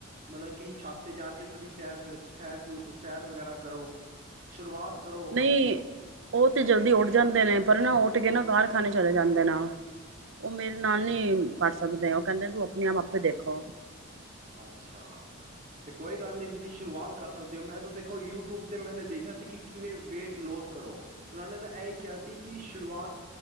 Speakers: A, on the right; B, on the right.
A: ਮਤਲਬ ਕਿ ਛੱਤ ਤੇ ਜਾ ਕੇ ਥੋੜੀ ਸੈਰ ਸੈਰ ਸੈਰ ਵਗੈਰਾ ਕਰੋ ਸ਼ੁਰੂਆਤ ਕਰੋ
B: ਨਹੀਂ ਉਹ ਤੇ ਜਲਦੀ ਉੱਠ ਜਾਂਦੇ ਨੇ ਪਰ ਨਾ ਉਠ ਉਠਕੇ ਨਾ ਕਾਰਖਾਨੇ ਚਲੇ ਜਾਂਦੇ ਨਾ ਉਹ ਮੇਰੇ ਨਾਲ ਨਹੀਂ ਕਰ ਸਕਦੇ ਉਹ ਕਹਿੰਦੇ ਤੂੰ ਆਪਣੇ ਆਪ ਆਪੇ ਦੇਖੋ
A: ਅੱਛਾ ਤੇ ਕੋਈ ਗੱਲ ਨਹੀਂ ਤੁਸੀਂ ਸ਼ੁਰੂਆਤ ਕਰ ਸਕਦੇ ਹੋ ਮੈਂ ਤਾਂ ਦੇਖੋ ਯੂਟਿਊਬ ਤੇ ਮੈਨੇ ਦੇਖਿਆ ਸੀ ਕਿ ਕਿਵੇਂ ਵੇਟ ਲੋਸ ਕਰੋ ਉਹਨਾਂ ਨੇ ਤਾਂ ਇਹ ਹੀ ਕਿਹਾ ਸੀ ਕਿ ਸ਼ੁਰੂਆਤ